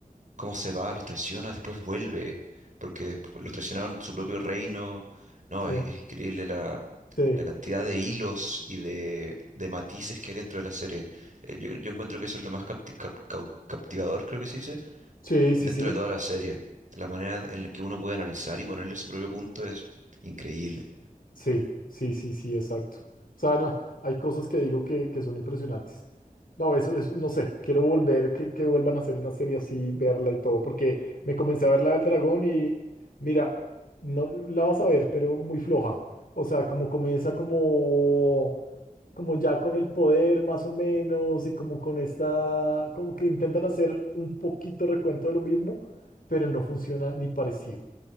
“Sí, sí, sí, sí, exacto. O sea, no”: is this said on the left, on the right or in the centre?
Left